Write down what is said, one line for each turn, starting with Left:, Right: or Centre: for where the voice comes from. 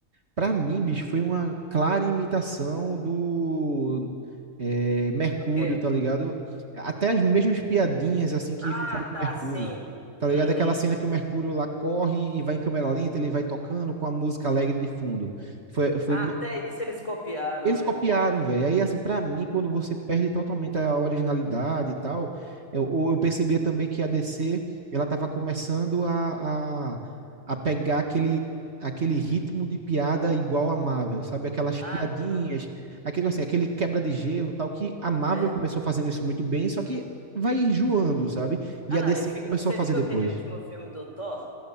Right: Pra mim, bicho, foi uma clara imitação do é, Mercúrio,
Left: Do quê?
Right: tá ligado? Até as mesmas piadinhas, assim, que
Left: Ah,
Right: fizeram com
Left: tá,
Right: o Mercúrio.
Left: sim.
Right: Tá ligado?
Left: Uhum.
Right: Aquela cena que o Mercúrio lá corre e vai em câmera lenta, ele vai tocando com a música alegre de fundo. Foi, foi
Left: Ah, Até isso eles copiaram,
Right: eles
Left: né?
Right: copiaram, velho. Aí, assim, pra mim, quando você perde totalmente a originalidade e tal, eu, ou eu percebia também que a DC, ela tava começando a, a, a pegar aquele, aquele ritmo de piada igual a Marvel, sabe? Aquelas
Left: Ah,
Right: piadinhas,
Left: não.
Right: aquele, assim, aquele quebra de gelo, tal, que a Marvel
Left: É.
Right: começou fazendo isso muito bem, só que vai enjoando, sabe? E
Left: Ah,
Right: a
Left: não,
Right: DC
Left: e fica.
Right: começou
Left: Você
Right: a fazer
Left: viu
Right: depois.
Left: aquele último filme do Thor?